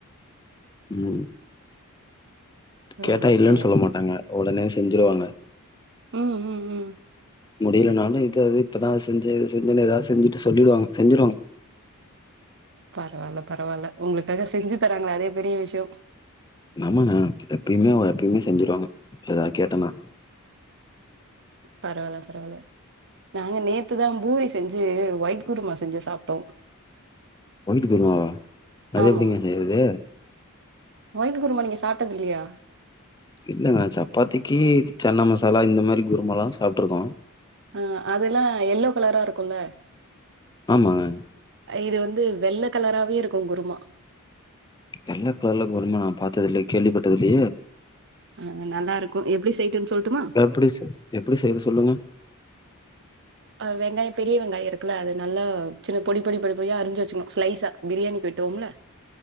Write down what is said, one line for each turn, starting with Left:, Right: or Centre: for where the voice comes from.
Left: ம்
Right: ம்
Left: கேட்டா
Right: ஓகே
Left: இல்லன்னு சொல்ல மாட்டாங்க ஒடனே செஞ்சிருவாங்க
Right: ம் ம் ம்
Left: முடியலனாலு இது அது இப்பதா செஞ்சு இது செஞ்சன்னு ஏதாவ செஞ்சுட்டு சொல்லிடுவாங்க செஞ்சருவாங்க
Right: பரவால்ல பரவால்ல உங்களுக்காக செஞ்சு தராங்களா அதே பெரிய விஷய
Left: எங்க அம்மாங்க கிட்ட எப்பயுமே அவ எப்பயுமே செஞ்சிருவாங்க ஏதாது கேட்டன்னா
Right: பரவால் பரவால்ல நாங்க நேத்துதா பூரி செஞ்சி ஒயிட் குருமா செஞ்சி சாப்டோ
Left: ஒயிடு குருமாவா அது
Right: ஆமா
Left: எப்டிங்க செய்றது
Right: ஒயிட் குருமா நீங்க சாப்டது இல்லையா
Left: இல்லங்க சப்பாத்திக்கு சென்னா மசாலா இந்த மாரி குருமால்லா சாப்டிருக்கோ
Right: ஆ அதெல்லா எல்லோ கலரா இருக்குல்ல
Left: ஆமாங்க
Right: இது வந்து வெள்ள கலராவே இருக்கு குருமா
Left: வெள்ள கலர்ல குருமா நா பாத்தது இல்ல கேள்விப்பட்டது இலையே
Right: ஆ நல்லா இருக்கு எப்டி செய்டோன் சொல்டுமா
Left: எப்டி செ எப்டி செய்றது சொல்லுங்க
Right: அ வெங்காயோ பெரிய வெங்காயோ இருக்குல்ல அது நல்லா சின்ன பொடி பொடி பொடி பொடி பொடியா அறிஞ்சு வெச்சிகணு ஸ்லைசா பிரியாணிக்கு வெட்டுவோம்ல